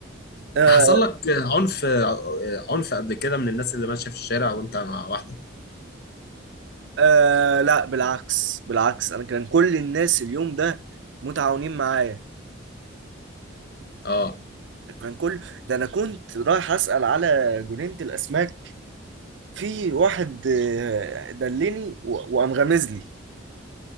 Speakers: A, on the right; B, on the left.
A: آه
B: حصل لك عنف آه، عنف قبل كده من الناس اللي ماشيه في الشارع وانت مع واحده
A: آه لا بالعكس بالعكس انا كان كل الناس اليوم ده متعاونين معايا
B: اه
A: كان كل ده انا كنت رايح اسأل على جنينة الاسماك في واحد آه، دلني و- وقام غامز لي